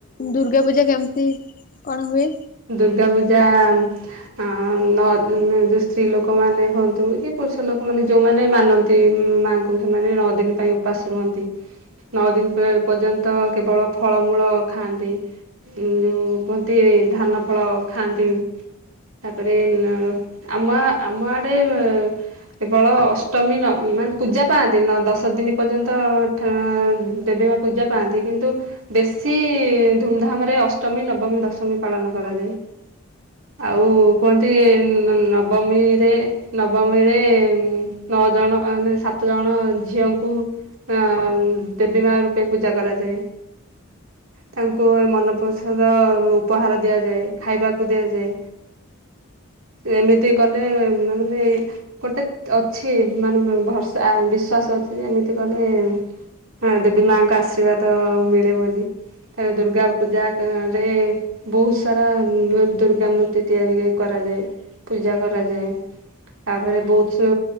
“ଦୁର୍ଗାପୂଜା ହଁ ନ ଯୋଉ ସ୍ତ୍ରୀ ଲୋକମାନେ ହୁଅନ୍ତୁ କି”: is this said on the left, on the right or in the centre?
Right